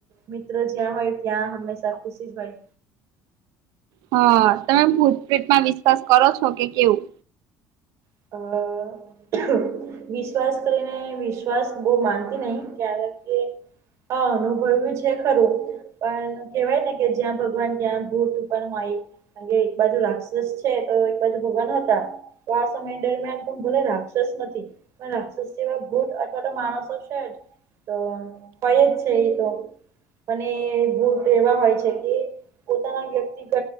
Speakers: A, on the right; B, on the right.
A: મિત્ર જ્યાં હોય ત્યાં હંમેશા ખુશી જ હોય.
B: હ તમે ભૂતપ્રેત માં વિશ્વાસ કરો છો કે કેવું.
A: અ વિશ્વાસ કરીને વિશ્વાસ બઉ માનતી નઇ ક્યારક કે હા અનુભયવું છે ખરું. પણ કેવાય ને કે જ્યાં ભગવાન ત્યાં ભૂટ પણ હોય. કાન કે એક બાજુ રાક્ષસ છે તો એક બાજુ ભગવાન હતા. તો આ સમય ડરમિયાન પણ ભલે રાક્ષસ નથી પણ રાક્ષસ જેવા ભૂટ અથવા તો માણસો છે જ. તો હોય જ છે એ તો. પન એ ભૂત એવા હોય છે કે પોતાના વ્યક્તિગત